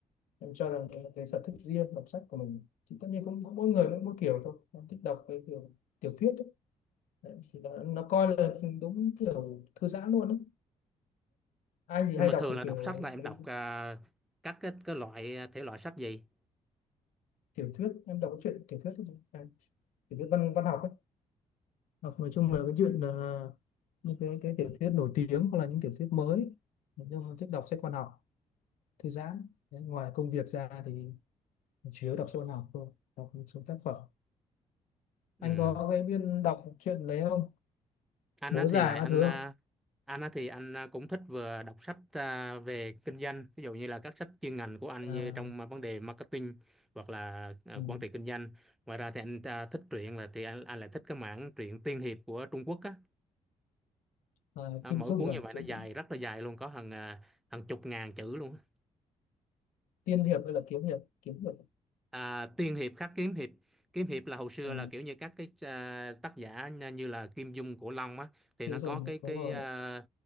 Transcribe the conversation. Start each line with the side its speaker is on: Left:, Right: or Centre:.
Left: em cho rằng đấy là cái sở thích riêng đọc sách của mình thì tất nhiên cũng, mỗi người mỗi, kiểu thôi em thích đọc cái kiểu tiểu thuyết ấy. Đấy, thì nó, nó coi là đúng kiểu thư giãn luôn ấy. anh thì
Centre: nhưng
Left: hay
Centre: mà
Left: đọc
Centre: thường là
Left: kiểu
Centre: đọc sách là em
Left: cái
Centre: đọc à, các cái, cái loại à, thể loại sách gì
Left: tiểu thuyết em đọc cái chuyện tiểu thuyết thôi tiểu thuyết văn văn học ấy hoặc nói chung là cái chuyện uh, những cái cái tiểu thuyết nổi tiếng hoặc là những tiểu thuyết mới nói chung thích đọc sách văn học thư giãn Đấy, ngoài công việc ra thì chủ yếu đọc sách văn học thôi đọc một số tác phẩm
Centre: ừ.
Left: anh có cái biên đọc truyện đấy không
Centre: anh
Left: bố
Centre: á
Left: già
Centre: thì lại anh
Left: các thứ
Centre: à,
Left: không
Centre: anh á thì anh à, cũng thích vừa đọc sách à, về kinh doanh ví dụ như là các sách chuyên ngành của anh
Left: à,
Centre: như trong à, vấn đề marketing hoặc là à,
Left: ừ,
Centre: quản trị kinh doanh ngoài ra thì anh à, thích truyện là thì anh, anh lại thích cái mảng truyện tiên hiệp của Trung Quốc á
Left: à,
Centre: à,
Left: Kim
Centre: mỗi
Left: Dung
Centre: cuốn
Left: rồi
Centre: như vậy
Left: Kim
Centre: nó dài rất là dài luôn có hàng à, hàng chục ngàn chữ luôn á.
Left: Tiên hiệp hay là kiếm hiệp kiếm hiệp
Centre: à, tiên hiệp khắc kiếm hiệp kiếm hiệp là hồi xưa
Left: à,
Centre: là kiểu như các cái à, tác giả nha- như là Kim Dung Cổ Long á thì
Left: Kim
Centre: nó
Left: Dung
Centre: có cái cái
Left: đúng rồi
Centre: à,